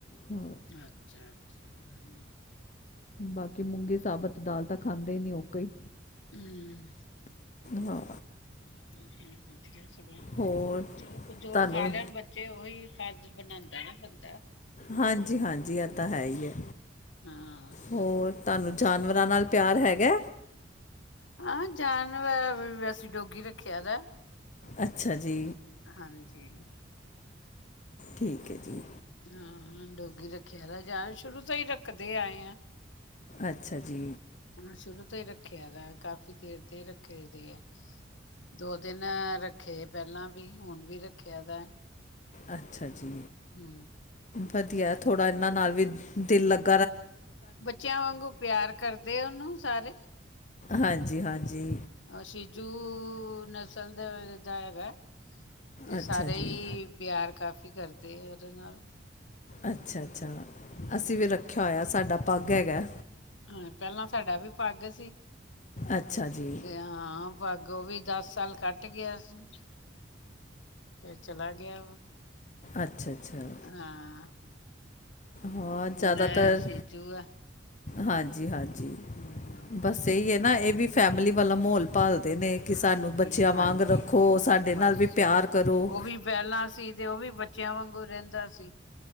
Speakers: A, on the left; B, on the left.
A: ਹਾਂ।
B: ਅੱਛਾ। <unintelligible>
A: ਬਾਕੀ ਮੂੰਗੀ ਸਾਬਤ ਦਾਲ ਤਾਂ ਖਾਂਦੇ ਹੀ ਨਹੀਂ ਉਹ ਕਈ।
B: ਹਮ
A: ਹਾਂ।
B: <unintelligible>
A: ਹੋਰ
B: ਚਲੋ ਜੋ
A: ਤੁਹਾਨੂੰ
B: ਖਾ। ਬੱਚੇ ਉਹੀ ਕਾਜ ਬਣਾਉਂਦਾ ਨਾ ਬੰਦਾ।
A: ਹਾਂਜੀ ਹਾਂਜੀ ਇਹ ਤਾਂ ਹੈ ਹੀ ਹੈ।
B: ਹਾਂ
A: ਹੋਰ ਤੁਹਾਨੂੰ ਜਾਨਵਰਾਂ ਨਾਲ ਪਿਆਰ ਹੈਗਾ।
B: ਹਾਂ ਜਾਨਵਰ ਵੈਸੇ ਡੋਗੀ ਰੱਖਿਆ ਦਾ।
A: ਅੱਛਾ ਜੀ,
B: ਹਾਂਜੀ,
A: ਠੀਕ ਹੈ ਜੀ।
B: ਹਾਂ ਡੋਗੀ ਰੱਖਿਆ ਯਾਰ ਸ਼ੁਰੂ ਤੋਂ ਹੀ ਰੱਖਦੇ ਆਏ ਆ।
A: ਅੱਛਾ। ਜੀ,
B: ਸ਼ੁਰੂ ਤੋਂ ਹੀ ਰੱਖਿਆ ਦਾ ਕਾਫੀ ਦੇਰ ਦੇ ਰੱਖੇ ਦੇ ਹੈ। ਦੋ ਦਿਨ ਰੱਖੇ ਪਹਿਲਾਂ ਵੀ ਹੁਣ ਵੀ ਰੱਖਿਆ ਦਾ।
A: ਅੱਛਾ ਜੀ,
B: ਹੂੰ,
A: ਵਧੀਆ, ਥੋੜ੍ਹਾ ਇਹਨਾਂ ਨਾਲ ਵੀ ਦਿਲ ਲੱਗ
B: ਬੱਚਿਆਂ ਵਾਂਗੂ ਪਿਆਰ ਕਰਦੇ ਆ, ਉਹਨੂੰ ਸਾਰੇ।
A: ਹਾਂਜੀ-ਹਾਂਜੀ,
B: ਅ ਸ਼ਿਜੂ ਨਸਲ ਦੇ ਦਾ ਹੈਗਾ। ਤੇ
A: ਅੱਛਾ
B: ਸਾਰੇ
A: ਜੀ
B: ਹੀ ਪਿਆਰ ਕਾਫ਼ੀ ਕਰਦੇ ਆ, ਉਹਦੇ ਨਾਲ।
A: ਅੱਛਾ-ਅੱਛਾ,
B: ਹੂੰ।
A: ਅਸੀਂ ਵੀ ਰੱਖਿਆ ਹੋਇਆ, ਸਾਡਾ ਪੱਗ ਹੈਗਾ।
B: ਹਾਂ, ਪਹਿਲਾਂ ਸਾਡਾ ਵੀ ਪੱਗ ਸੀ।
A: ਅੱਛਾ ਜੀ।
B: ਤੇ ਹਾਂ, ਪੱਗ ਉਹ ਵੀ ਦਸ ਸਾਲ ਕੱਟ ਗਿਆ ਸੀ। ਫੇਰ ਚਲਾ ਗਿਆ ਉਹ,
A: ਅੱਛਾ ਅੱਛਾ
B: ਹਾਂ।
A: ਹਾਂ
B: ਹੁਣ
A: ਜ਼ਾਦਾਤਰ,
B: ਸੀਜੂ ਆ
A: ਹਾਂਜੀ- ਹਾਂਜੀ
B: ਹਮ
A: ਬਸ ਸਹੀ ਏ ਨਾ, ਇਹ ਵੀ ਫੈਮਿਲੀ ਵਾਲਾ ਮਾਹੌਲ। ਭਾਲਦੇ ਨੇ ਕਿ ਸਾਨੂੰ
B: ਹਾਂਜੀ
A: ਬੱਚਿਆਂ
B: ਹਾਂਜੀ
A: ਵਾਂਗ ਰੱਖੋ, ਸਾਡੇ
B: ਬਸ
A: ਨਾਲ ਵੀ ਪਿਆਰ ਕਰੋ।
B: ਉਹ ਵੀ ਪਹਿਲਾਂ ਸੀ ਤੇ ਉਹ ਵੀ ਬੱਚਿਆਂ ਵਾਂਗੂ ਰਹਿੰਦਾ ਸੀ।